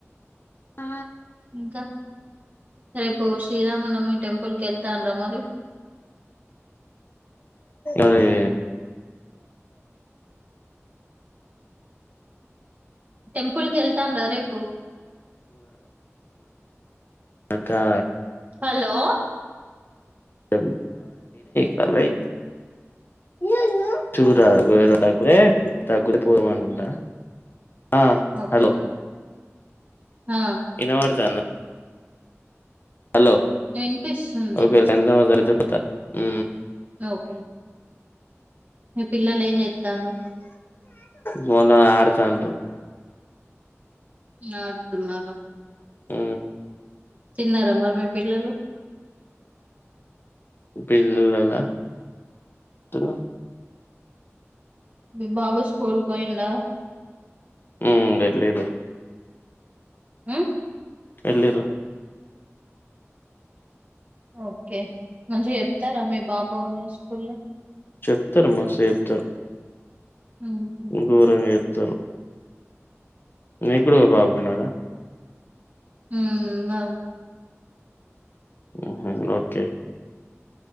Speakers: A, on the left; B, on the right.
A: ఆ
B: ఇంకా రేపు శ్రీరామనవమి టెంపుల్ కెల్తన్నర మరి
A: అది
B: టెంపుల్కి వెళ్తాన రా రేపు
A: కా
B: హలో
A: బ కాల <unintelligible> <unintelligible>
B: మ్మ్.
A: తగ్గుడు పోదాం అనుకుంటా ఆ
B: ఓకే
A: హలో
B: ఆ
A: వినపడతాంద హలో
B: వినిపిస్తుంది
A: ఒకే <unintelligible> చెప్తా ఉ
B: ఓకే మీ పిల్లలు ఏం చేస్తా అన్నారు
A: ఫోన్ లో ఆడతా ఉన్నారు
B: ఆడుతున్నార
A: ఉ
B: తిన్నారా మరి మీ పిల్లలు
A: పిల్లల దురు
B: మీ బాబు స్కూల్ కి ఓయిండా
A: ఉ ఏలీరు
B: ఉ
A: ఎలిండ్రు
B: ఆవు ఓకే మంచిగ చెప్తార మీ బాబు వల్లా స్కూల్ లో
A: చెప్తారమ్మా మస్తు చెప్తారు
B: హుహు.
A: <unintelligible> గోరంగా చే త్తరు మీ పిల్లోడు బాగున్నాడా
B: ఉమ్ బాగు
A: ఉహు ఓకే